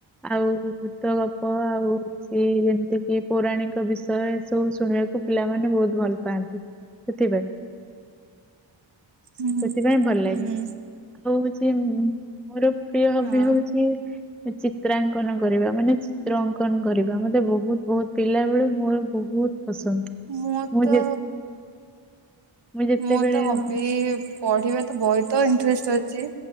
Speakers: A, in the centre; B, on the right.
A: ଆଉ ଭୁତ ଗପ ଆଉ ସି ଯେମିତି କି ପୌରାଣିକ ବିଷୟ ଏ ସବୁ ଶୁଣିବାକୁ ପିଲାମାନେ ବହୁତ ଭଲ ପାଆନ୍ତି ସେଥିପାଇଁ
B: ହୁଁ
A: ସେଥିପାଇଁ ଭଲ ଲାଗେ,
B: ହୁଁ
A: ଆଉ ହୋଉଚି ମୋର ପ୍ରିୟ ହବି
B: ହଁ
A: ହଉଚି - ଚିତ୍ରାଙ୍କନ କରିବା ମାନେ ଚିତ୍ - ଚିତ୍ର ଅଙ୍କନ କରିବା ମତେ ବହୁତ ବହୁତ ପିଲା ବେଳୁ ମୋର ବହୁତ ପସନ୍ଦ
B: ମୋ
A: ମୁଁ
B: ତ
A: ଯେ ଯେତେବେଳେ
B: ମୁଁ ତ ହବି
A: ଉଁ,
B: ପଢିବା ତ ବଇତ ଇଣ୍ଟରେଷ୍ଟ ଅଚି